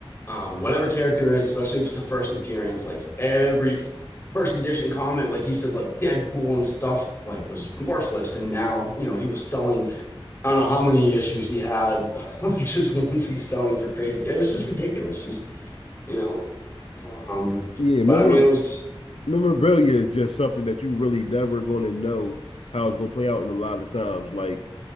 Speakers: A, on the left; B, on the left.
A: um whatever character is especially if it's the first appearance like every f- first edition comic like he said like deadpool and stuff like was worthless and now you know he was selling i don't know how many issues he had <laughs> just once he's selling for crazy it was just
B: Mhm.
A: ridiculous just you know um
B: Yeah, memor
A: but i mean it was
B: memorabilia is just something that you really never gonna know how it's gonna play out in a lot of times. Like